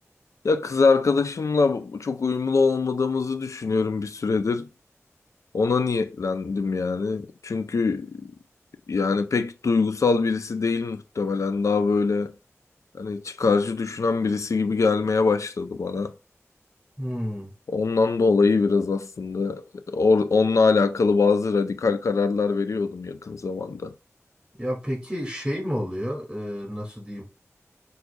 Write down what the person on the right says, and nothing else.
Hmm.
Ya peki şey mi oluyor? Ee, nasıl diyeyim?